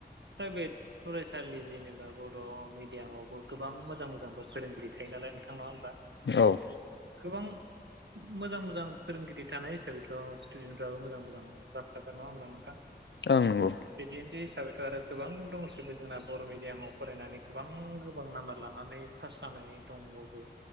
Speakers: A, on the right; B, on the left.
A: प्राइभेट फरायसालि जेनेबा बर' मिडि यानावबो गोबां मोजां मोजांबो फोरोंगिरि थायो नालाय नोंथां नङा होनबा
B: औ ओं
A: गोबां मोजां मोजां फोरोंगिरि थानाय हिसाबैथ स्टुडेन्ट फोराबो मोजां मोजां जाखागोन नङा होनोमबा नोंथां
B: औं नंगौ
A: बिदिन्थि हिसाबैथ आरो गोबां दंजोैबो जोंना बर' मिडियामाव फरायनानै गोबां गोबां नाम्बार लानानै फास जानाय दंबाबो